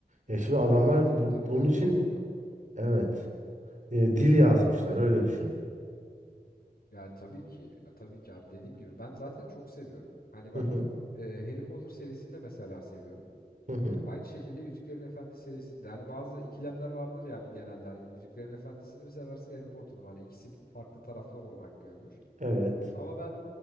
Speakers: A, on the right; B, on the left.
A: Ya
B: Yani
A: şimdi adamlar
B: iyi film
A: bu,
B: tabii
A: bunun
B: ki ona
A: için
B: lafım yok.
A: evet e, dil yazmışlar öyle düşün.
B: Ya tabii ki, ya tabii ki abi dediğim gibi ben zaten çok seviyorum. Hani
A: Hı
B: bak
A: hı,
B: e, Harry Potter serisini de mesela seviyorum.
A: hı hı.
B: Aynı şekilde Yüzüklerin Efendisi serisinde hani bazı ikilemler vardır ya abi genelde hani Yüzüklerin Efendisi'ni mi seversin Harry Potter'ı mı? Hani ikisi farklı taraflar olarak görülür.
A: Evet.
B: Ama ben